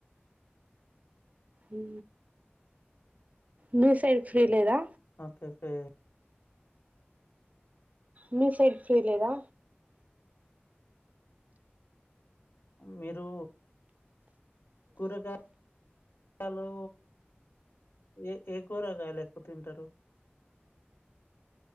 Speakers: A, on the right; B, on the left.
A: ఊ మీ సైడ్ ఫ్రీ లేదా?
B: అపెప్పే
A: మీ సైడ్ ఫ్రీ లేదా?
B: మీరు కూరగా యలు ఏ ఏ కూరగాయలు ఎక్కువ తింటారు?